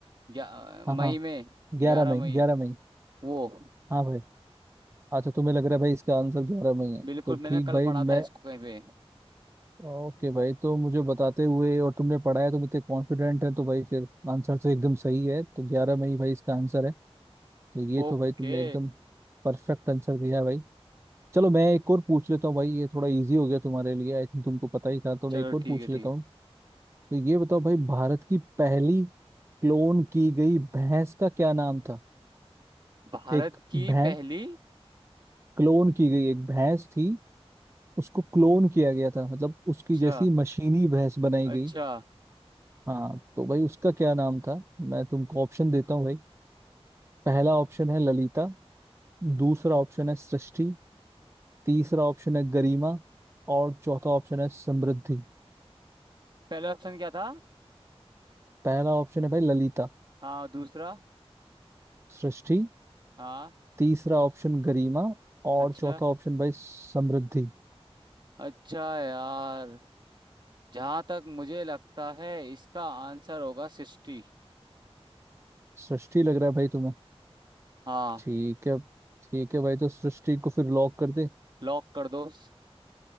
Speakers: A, on the right; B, on the right.
A: या, मई
B: हाँ हाँ
A: में
B: ग्यारह
A: ग्यारह
B: मई
A: मई
B: ग्यारह मई
A: वो
B: हाँ भाई अच्छा तुम्हें लग रहा है भाई इसका आंसर ग्यारह मई है
A: बिल्कुल
B: तो
A: मैंने
B: ठीक
A: कल
B: भाई
A: पढ़ा
B: मैं
A: था इसको कहीं पे
B: ओके भाई तो मुझे बताते हुए और तुमने पढ़ा है तुम इतने कॉन्फिडेंट है तो भाई फिर आंसर तो एकदम सही है तो ग्यारह में ही भाई इसका आंसर है तो ये
A: ओके
B: तो भाई तुमने एकदम परफेक्ट आंसर दिया भाई चलो मैं एक और पूछ लेता हूँ भाई ये थोड़ा इजी हो गया तुम्हारे लिए आई थिंक तुमको पता ही था तो मैं
A: चलो
B: एक
A: ठीक
B: और पूछ
A: है
B: लेता
A: ठीक
B: हूँ तो ये बताओ भाई भारत की पहली क्लोन की गई भैंस का क्या नाम था
A: भारत
B: एक
A: की
B: भैंस
A: पहली
B: क्लोन की गई एक भैंस थी उसको क्लोन किया गया था मतलब उसकी
A: अच्छा
B: जैसी मशीनी भैंस बनाई
A: अच्छा
B: गई हाँ तो भाई उसका क्या नाम था मैं तुमको ऑप्शन देता हूँ भाई पहला ऑप्शन है ललिता दूसरा ऑप्शन है सृष्टि तीसरा ऑप्शन है गरिमा और चौथा ऑप्शन है समृद्धि
A: पहला ऑप्शन क्या था
B: पहला ऑप्शन है भाई ललिता
A: हाँ दूसरा
B: सृष्टि
A: हाँ
B: तीसरा ऑप्शन गरिमा और
A: अच्छा
B: चौथा ऑप्शन भाई समृद्धि
A: अच्छा यार जहाँ तक मुझे लगता है इसका आंसर होगा सिक्सटी
B: सृष्टि लग रहा है भाई तुम्हें
A: हाँ
B: ठीक है ठीक है भाई तो सृष्टि को फिर लॉक कर दे
A: लॉक कर दो